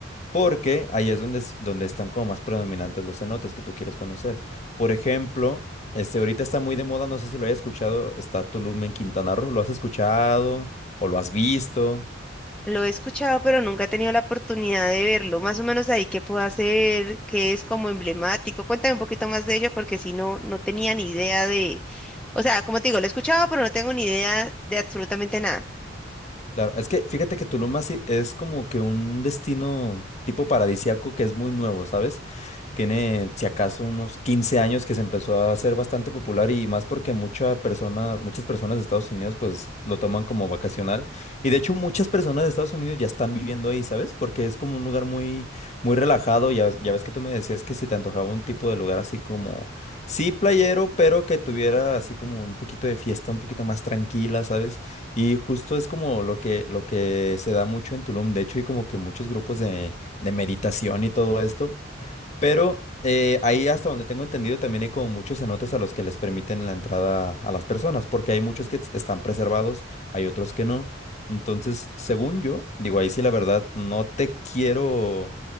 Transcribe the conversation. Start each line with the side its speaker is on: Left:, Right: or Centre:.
Left: Porque ahí es donde, es- donde están como más predominantes los cenotes que tú quieres conocer. Por ejemplo, este ahorita está muy de moda, no sé si lo hayas escuchado, está Tulum en Quintana Roo. ¿Lo has escuchado o lo has visto?
Centre: Lo he escuchado, pero nunca he tenido la oportunidad de verlo. Más o menos ahí qué puedo hacer, qué es como emblemático. Cuéntame un poquito más de ello porque si no, no tenía ni idea de, o sea, como te digo, lo he escuchado, pero no tengo ni idea de absolutamente nada.
Left: Claro, es que fíjate que Tulum así es como que un destino tipo paradisiaco que es muy nuevo, ¿sabes? Tiene, si acaso, unos 15 años que se empezó a hacer bastante popular y más porque muchas personas, muchas personas de Estados Unidos pues lo toman como vacacional. Y de hecho muchas personas de Estados Unidos ya están viviendo ahí, ¿sabes? Porque es como un lugar muy, muy relajado. Ya, ya ves que tú me decías que si te antojaba un tipo de lugar así como, sí, playero, pero que tuviera así como un poquito de fiesta, un poquito más tranquila, ¿sabes? Y justo es como lo que, lo que se da mucho en Tulum, de hecho, y como que muchos grupos de, de meditación y todo esto pero eh, ahí hasta donde tengo entendido también hay como muchos cenotes a los que les permiten la entrada a las personas, porque hay muchos que ts- están preservados, hay otros que no. Entonces, según yo, digo, ahí sí la verdad, no te quiero,